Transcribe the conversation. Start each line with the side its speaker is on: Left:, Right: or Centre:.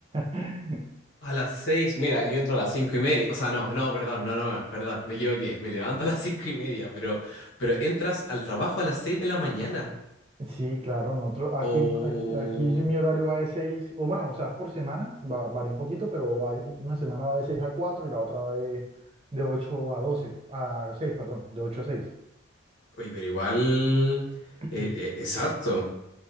Right: <laughs>
Left: A las seis, mira, yo entro a las cinco y media, o sea, no, no, perdón, no, no, no, perdón, me equivoqué, me levanto a las cinco y media, pero, pero entras al trabajo a las seis de la mañana.
Right: Sí, claro, nosotros aquí,
Left: O...
Right: en- aquí, aquí mi horario va de 6 o bueno, o sea, por semana, va- varía un poquito, pero va- una semana va de 6 a 4 y la otra va de, de 8 a 12 a seis perdón, de 8 a seis
Left: Oye, pero igual
Right: Ujú.
Left: eh, eh, es harto,